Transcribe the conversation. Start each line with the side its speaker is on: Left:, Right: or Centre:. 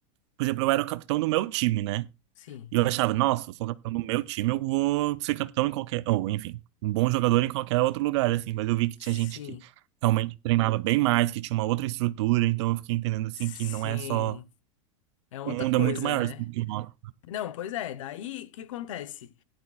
Right: Por exemplo, eu era o capitão do meu time, né?
Left: sim,
Right: E eu achava, nossa, eu sou capitão do meu time, eu vou ser capitão em qualquer. Ou, enfim, um bom jogador em qualquer outro lugar, assim. Mas eu vi que
Left: sim,
Right: tinha gente que realmente treinava bem mais, que tinha uma outra estrutura, então eu fiquei entendendo, assim,
Left: sim,
Right: que não é só
Left: é outra
Right: O mundo
Left: coisa,
Right: é muito maior
Left: né?
Right: do que o nosso.
Left: Não, pois é, daí o que acontece?